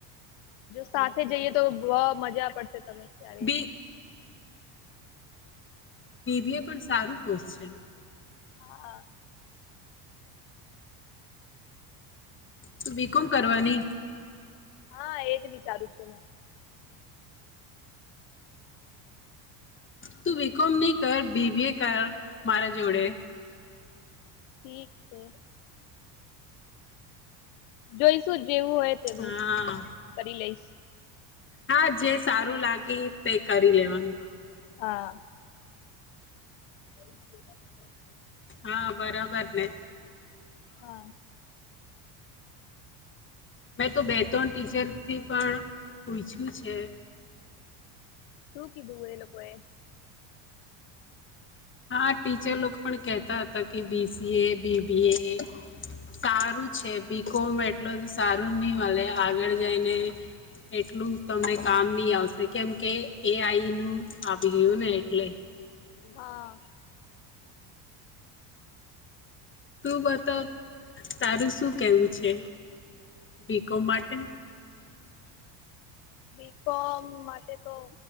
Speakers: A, on the left; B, on the left.
A: જો સાથે જઈએ તો બોઓ મજા પડશે તમે ત્યારે.
B: બી બી બી એ પણ સારું કોર્સ છે.
A: હા.
B: તુ બી કોમ કરવાની?
A: હા એજ વિચારું છું મેં.
B: તું બી કોમ ની કર, બી બી એ કર મારા જોડે.
A: ઠીક છે. જોઈશું જ જેવું હોય તેવું,
B: હા
A: કરી લઈશ.
B: હા જે સારું લાગી તે કરી લેવાનું
A: હા <inaudible>
B: હા બરાબર ને
A: હા
B: મેં તો બે ત્રણ ટીચરથી પણ પૂછ્યું છે
A: શું કીધું એ લોકોએ
B: હા ટીચર પણ કહેતા હતા કે બી સી એ બીબીએ સારું છે બી કોમ એટલ સારું નહી મળ આગળ જઈને એટલું તમને કામ નહી આવશે કેમ કે એ આઈ નું આવી ગયું ને એટલે
A: હા
B: તું બતા તારું શું કેવું છે બીકો માટે
A: બીકોમ માટે તો